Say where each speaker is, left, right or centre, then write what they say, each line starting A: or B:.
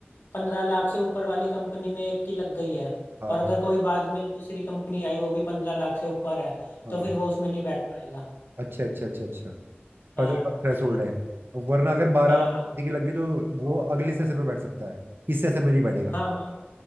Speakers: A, on the left (about 65°); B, on the right (about 60°).
A: पंद्रह लाख से ऊपर वाली कंपनी में एक की लग गई है
B: हाँ
A: और
B: हाँ
A: अगर कोई बाद में दूसरी कंपनी आई वो भी पंद्रह लाख से ऊपर है
B: हाँ
A: तो फिर वो उसमें नहीं बैठ पाएगा
B: अच्छा अच्छा अच्छा अच्छा पंद्रह
A: हाँ
B: लाख थ्रेशोल्ड है वरना अगर बारह
A: हाँ
B: लाख किसी की लग गई तो वो अगले सेशन में बैठ सकता है इस सेशन में नहीं बैठेगा
A: हाँ म-